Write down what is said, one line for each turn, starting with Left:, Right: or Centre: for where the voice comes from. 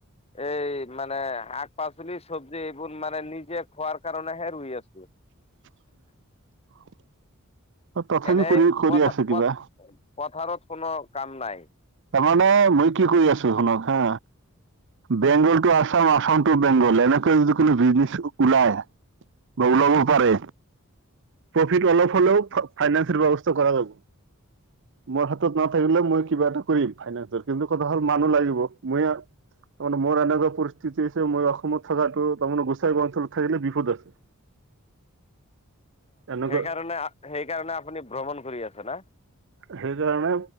Left: এই মানে শাক-পাচলি, চবজি এইবোৰ মানে নিজে খোৱাৰ কাৰণেহে ৰুই আছোঁ।
Right: <inaudible> তথাপি
Left: এনেই
Right: কৰি কৰি
Left: পথ
Right: আছে কিবা
Left: পথাৰত কোনো কাম নাই।
Right: তাৰমানে মই কি কৰি আছোঁ শুনক হা, বেংগল আছাম আছাম টু বেংগল এনেকৈ যদি কোনো বিজনেছ ওলাই বা ওলাব
Left: উম,
Right: পাৰে। প্ৰফিট অলপ হ'লেও ফাইনেন্সৰ ব্যৱস্থা কৰা যাব। মোৰ হাতত নাথাকিলে মই কিবা এটা কৰিম ফাইনেন্সৰ কিন্তু কথা হ'ল মানুহ লাগিব মই তাৰমানে মোৰ এনেকুৱা পৰিস্থিতি হৈছে মই অসমত থকাটো তাৰমানে গোচাইগাঁও অঞ্চলত থাকিলে বিপদ আছে। <inaudible> এনেকুৱা
Left: সেইকাৰণে সেইকাৰণে আপুনি ভ্ৰমণ কৰি আছে না?
Right: সেইকাৰণে